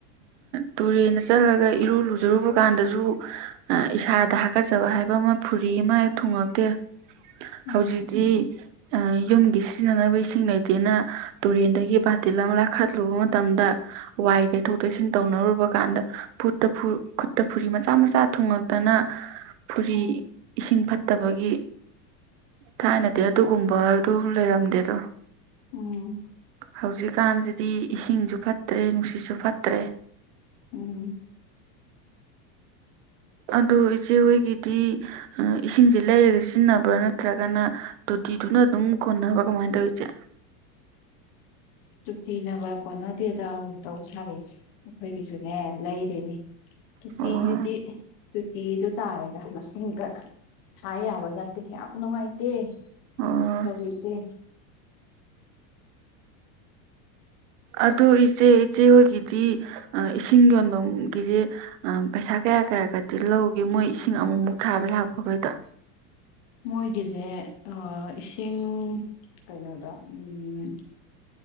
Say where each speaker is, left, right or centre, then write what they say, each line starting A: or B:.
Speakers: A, on the right; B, on the left.
A: ꯇꯨꯔꯦꯟꯗ ꯆꯠꯂꯒ ꯏꯔꯨ ꯂꯨꯖꯔꯨꯕ ꯀꯥꯟꯗꯁꯨ ꯏꯁꯥꯗ ꯍꯥꯀꯠꯆꯕ ꯍꯥꯏꯕ ꯑꯃ ꯐꯨꯔꯤ ꯑꯃ ꯊꯨꯡꯉꯛꯇꯦ
B: ꯎꯝ
A: ꯍꯧꯖꯤꯛꯇꯤ ꯌꯨꯝꯒꯤ ꯁꯤꯖꯤꯟꯅꯅꯕ ꯏꯁꯤꯡ ꯂꯩꯇꯦꯅ ꯇꯨꯔꯦꯟꯗꯒꯤ ꯕꯥꯇꯤꯟ ꯑꯃ ꯂꯥꯈꯠꯂꯨꯕ ꯃꯇꯝꯗ ꯋꯥꯏ ꯇꯩꯊꯣꯛ ꯇꯩꯁꯤꯟ ꯇꯧꯅꯔꯨꯕ ꯀꯥꯟꯗ ꯐꯨ ꯈꯨꯠꯇ ꯐꯨꯔꯤ ꯃꯆꯥ ꯃꯆꯥ ꯊꯨꯡꯉꯛꯇꯅ ꯐꯨꯔꯤ
B: ꯎꯝ
A: ꯏꯁꯤꯡ ꯐꯠꯇꯕꯒꯤ ꯊꯥꯏꯅꯗꯤ ꯑꯗꯨ ꯨꯒꯨꯝꯕ ꯑꯗꯨ ꯂꯩꯔꯝꯗꯦ ꯑꯗꯣ
B: ꯎꯝ
A: ꯍꯧꯖꯤꯛꯀꯥꯟꯁꯤꯗꯤ ꯏꯁꯤꯡꯁꯨ ꯐꯠꯇ꯭ꯔꯦ ꯅꯨꯡꯁꯤꯠꯁꯨ ꯐꯠꯇ꯭ꯔꯦ
B: ꯎꯝ
A: ꯑꯗꯨ ꯏꯆꯦ ꯍꯣꯏꯒꯤꯗꯤ ꯏꯁꯤꯡꯁꯦ ꯂꯩꯔꯒ ꯁꯤꯖꯤꯟꯅꯕ꯭ꯔꯥ ꯅꯠꯇ꯭ꯔꯒꯅ ꯇꯣꯇꯤꯗꯨꯅ ꯑꯗꯨꯝ ꯀꯣꯟꯅꯕ ꯀꯃꯥꯏꯅ ꯇꯧꯋꯤ ꯏꯆꯦ
B: ꯇꯨꯇꯤ ꯅꯒ ꯀꯣꯟꯅꯗꯦ ꯇꯧ ꯁꯥꯔꯤꯁꯦ ꯑꯩꯈꯣꯏꯒꯤꯁꯨꯅꯦ ꯂꯩꯔꯤꯅꯦ ꯇꯨꯇꯤꯁꯤꯗꯤ
A: ꯑꯣ
B: ꯇꯨꯇꯤꯗꯨ ꯇꯥꯔꯦꯗ ꯃꯁꯤꯡꯒ ꯊꯥ ꯌꯥꯕ ꯅꯠꯇꯦ ꯌꯥꯝ ꯅꯨꯡꯉꯥꯏꯇꯦ
A: ꯑꯣ
B: ꯇꯧꯋꯤ ꯏꯆꯦ
A: ꯑꯗꯨ ꯏꯆꯦ ꯏꯆꯦ ꯍꯣꯏꯒꯤꯗꯤ ꯏꯁꯤꯡ ꯌꯣꯟꯐꯝꯒꯤꯁꯦ ꯑ ꯄꯩꯁꯥ ꯀꯌꯥ ꯀꯌꯥꯒꯗꯤ ꯂꯧꯒꯦ ꯃꯣꯏ ꯏꯁꯤꯡ ꯑꯃꯨꯃꯨꯛ ꯊꯥꯕ ꯂꯥꯛꯄꯈꯩꯗ
B: ꯃꯣꯏꯒꯤꯁꯦ ꯏꯁꯤꯡ ꯀꯩꯅꯣꯗ ꯎꯝ